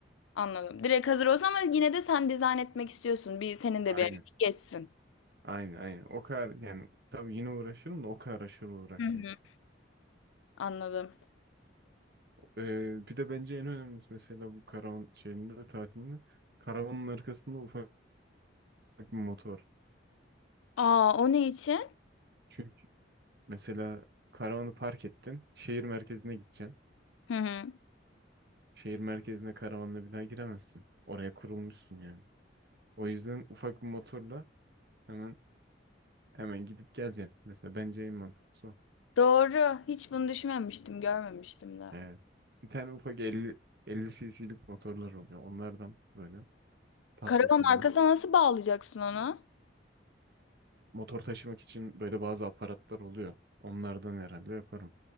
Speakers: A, on the left (about 80°); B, on the right (about 55°).
A: Anladım. Direkt hazır olsun ama yine de sen dizayn etmek istiyorsun. Bir senin de
B: Aynen.
A: bir emeğin geçsin.
B: Aynen aynen. O kadar yani tabii yine uğraşırım da o kadar aşırı uğraşmayı
A: Hı hı. Anladım.
B: Ee, bir de bence en önemlisi mesela bu karavan şeyinde de tatilinde karavanın arkasında ufak bir motor.
A: Aa o ne için?
B: Çünkü mesela karavanı park ettin, şehir merkezine gideceksin.
A: Hı hı.
B: Şehir merkezine karavanla bir daha giremezsin. Oraya kurulmuşsun yani. O yüzden ufak bir motorla hemen hemen gidip geleceksin. Mesela bence en mantıklısı o.
A: Doğru. Hiç bunu düşünmemiştim, görmemiştim de.
B: Evet. Bir tane ufak elli 50 cc'lik motorlar oluyor. Onlardan böyle tatlısından.
A: Karavan arkasına nasıl bağlayacaksın onu?
B: Motor taşımak için böyle bazı aparatlar oluyor. Onlardan herhalde yaparım.